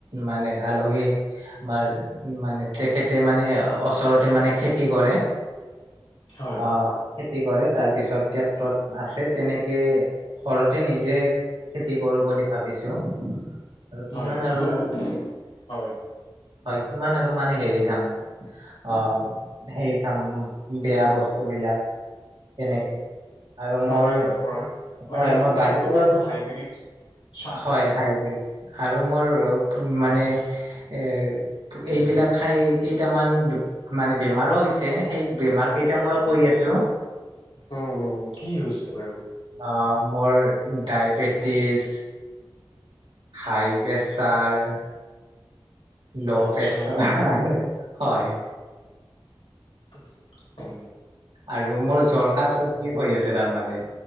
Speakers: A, on the right; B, on the left.
A: মানে আলহী আমাৰ মানে তেখেতে মানে ওচৰতে মানে খেতি কৰে।
B: হয়
A: আহ খেতি কৰে। তাৰপিছত ট্ৰেক্টৰ আছে। তেনেকে ঘৰতে নিজে খেতি কৰো বুলি ভাবিছো আৰু কিমান
B: হয় এইটোতো
A: আৰু মানে,
B: হয়
A: হয় ইমান আৰু মানে হেৰি খাম অ সেই খাম বেয়া বস্তু বিলাক তেনেকে আৰু মোৰ,
B: বাহিৰৰ পৰা
A: হয়
B: বাহিৰত
A: মই
B: প্ৰত্যেকটো
A: বাহিৰৰ
B: বস্তু হাইব্ৰীড চাৰৰ
A: হয় হাইব্ৰীড। আৰু মোৰ মানে এ এইবিলাক খাই কেইটামান মানে বেমাৰো হৈছে। সেই বেমাৰ কেইটা মই কৈ আছো।
B: উম উম, কি হৈছে বাৰু
A: আ মোৰ ডায়বেটিছ হাই প্ৰেচাৰ ল
B: আচ্ছা
A: প্ৰেছাৰ, হয়।
B: উম।
A: আৰু মোৰ জ্বৰ, কাঁহ, চৰ্দি হৈ আছে তাৰমানে।